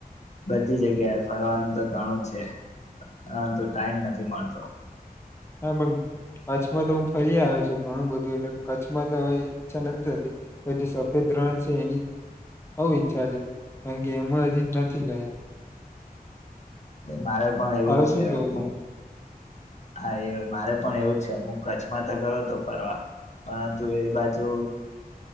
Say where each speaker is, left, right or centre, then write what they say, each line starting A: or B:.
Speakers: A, on the left; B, on the left.
A: બધી જગ્યાએ ફરવાનું તો ઘણું છે હ તો ટાઈમ નથી મળતો
B: હા પણ કચ્છમાં તો હું ફરી આવ્યો છું ઘણું બધું એટલે કચ્છમાં તો હવે ઈચ્છા નથી થતી પણ જે સફેદ રણ છે એની બહુ ઈચ્છા છે કારણ કે એમાં હજી નથી ગયા
A: મારે પણ એવું
B: તારું
A: જ છે
B: શું કેવું
A: હું હા એ મારે પણ એવું છે હું કચ્છમાં તો ગયો હતો ફરવા પરંતુ એ બાજુ